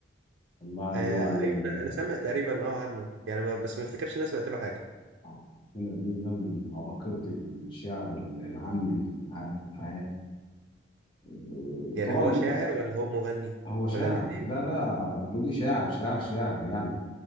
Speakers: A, on the left (about 25°); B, on the right (about 65°).
A: الله عليه
B: آه
A: وعلى ال-
B: ايوه انا أنا سامع تقريبا اه عنه يعني ما بس ما افتكرش ان انا سمعت له حاجه
A: عبد الرحمن الابنودي ده من عباقره الشعر العامي في الع- في الحياه آه،
B: يعني
A: طبعا
B: هو شاعر ولا هو مغني
A: هو شاعر
B: ولا الاثنين
A: لا لا مودي شاعر شاعر شاعر يعني